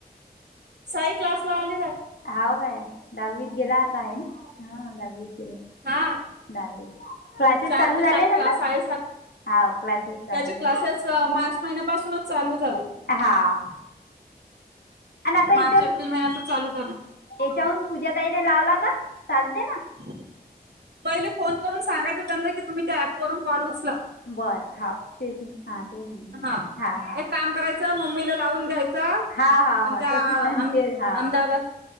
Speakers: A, on the right; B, on the left.
A: साई क्लास ला आलेला आय
B: हाव काय दहावीत गेला आता आहे ना, हा दहावीत गेला
A: हा
B: दहावीत क्लासेस
A: चार
B: चालू
A: ते
B: झाले
A: सात
B: <unintelligible>
A: क्लास
B: ना?
A: साडेसात
B: हा क्लासेस चालू
A: त्याचे क्लासेस
B: <unintelligible>
A: मार्च महिन्यापासूनच चालू झाले
B: हा आणि आता
A: मार्च
B: इथून
A: एप्रिल महिन्यातच चालू झाले
B: याच्याहून पूजा ताईले लावला ना चालते ना
A: <inaudible> पहिले फोन करून सांगायचं त्यांनला, की तुम्ही त्या ऍप वरुन कॉल उचला
B: बरं हा तेच ना हा तेच म्हणून
A: हा
B: हा
A: एक काम करायचं, मम्मीला लावून द्यायच,
B: हा हा
A: अन
B: हा
A: का
B: तसं
A: अम
B: तेच हा
A: अहमदाबाद